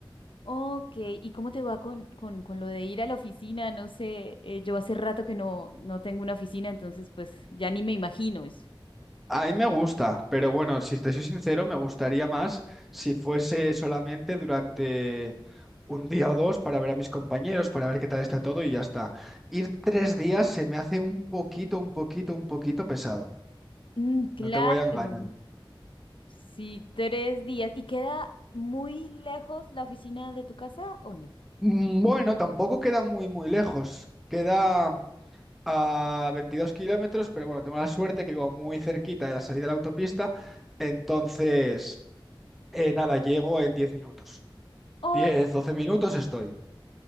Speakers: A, on the left; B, in the centre.
A: Ok, ¿y cómo te va con, con, con lo de ir a la oficina? No sé, eh, yo hace rato que no, no tengo una oficina, entonces pues ya ni me imagino eso.
B: A mí me gusta, pero bueno, si te soy sincero, me gustaría más si fuese solamente durante un día o dos para ver a mis compañeros, para ver qué tal está todo y ya está. Ir tres días se me hace un poquito, un poquito, un poquito pesado.
A: Mm, claro,
B: No te voy a engañar.
A: sí, tres días. ¿Y queda muy lejos la oficina de tu casa o no?
B: Mm, Bueno, tampoco queda muy, muy lejos. Queda a 22 kilómetros, pero bueno, tengo la suerte que vivo muy cerquita de la salida de la autopista, entonces, eh, nada, llego en 10 minutos.
A: Ok.
B: diez, doce minutos estoy.